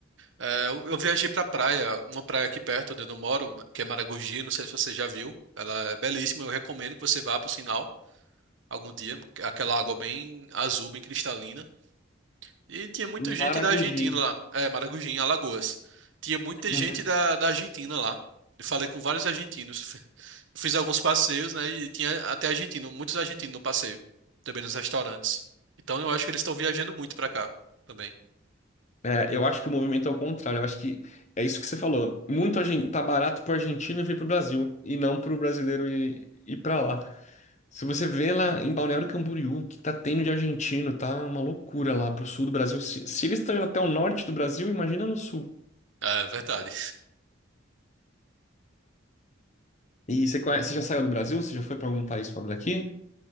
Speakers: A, on the right; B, on the left.
A: é, eu, eu viajei pra praia, uma praia aqui perto onde eu não moro, que é Maragogi, não sei se você já viu. Ela é belíssima, eu recomendo que você vá pro sinal algum dia, aquela água bem azul, bem cristalina. E tinha muita gente
B: Maragogi.
A: da Argentina lá, é, Maragogi, em Alagoas. Tinha muita
B: Uhum.
A: gente da, da Argentina lá. Eu falei com vários argentinos. Fiz alguns passeios, né? E tinha até argentino, muitos argentinos no passeio, também nos restaurantes. Então eu acho que eles estão viajando muito pra cá também.
B: É, eu acho que o movimento é o contrário. Eu acho que é isso que você falou. Muito argen- tá barato pro argentino vir pro Brasil e não pro brasileiro ir, ir para lá. Se você vê lá em Balneário Camboriú, o que tá tendo de argentino, tá uma loucura lá pro sul do Brasil. Se, se eles estão indo até o norte do Brasil, imagina no sul.
A: É verdade.
B: E você conhece, você já saiu do Brasil? Você já foi para algum país fora daqui?